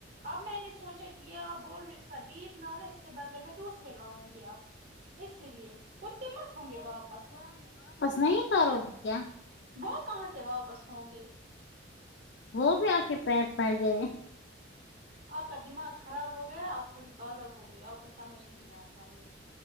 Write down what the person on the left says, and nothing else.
مئی کا آ روگکا
وہ بھی آپ کے پیر پڑ گئے